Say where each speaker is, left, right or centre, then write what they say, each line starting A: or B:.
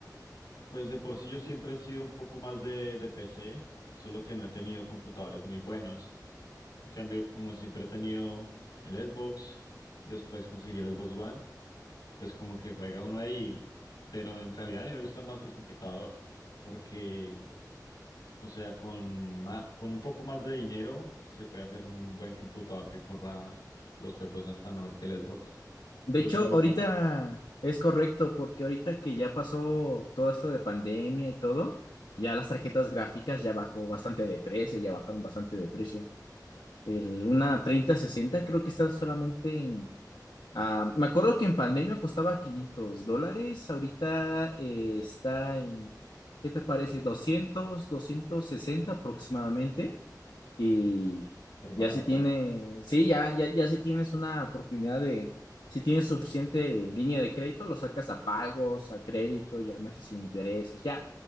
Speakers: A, on the left; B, on the left.
A: Pues de por sí yo siempre he sido un poco más de, de PC, solo que no he tenido computadores muy buenos. En cambio, como siempre he tenido el Xbox, después conseguí el Xbox One, pues como que juega uno ahí, pero en realidad a mí me gusta más el computador, porque, o sea, con ma- con un poco más de dinero se puede hacer un buen computador que corra los juegos hasta mejor que el Xbox.
B: De
A: Por
B: hecho,
A: eso me gusta
B: ahorita
A: más,
B: es correcto, porque ahorita que ya pasó todo esto de pandemia y todo, ya las tarjetas gráficas ya bajó bastante de precio, ya bajaron bastante de precio. El, una treinta sesenta creo que están solamente en Ah, me acuerdo que en pandemia costaba 500 dólares, ahorita eh, está en, ¿qué te parece? doscientos doscientos sesenta aproximadamente y
A: pero barata,
B: ya se tiene, sí, ya, ya, ya si tienes una oportunidad de, si tienes suficiente línea de crédito, lo sacas a pagos, a crédito y a meses sin intereses, ya,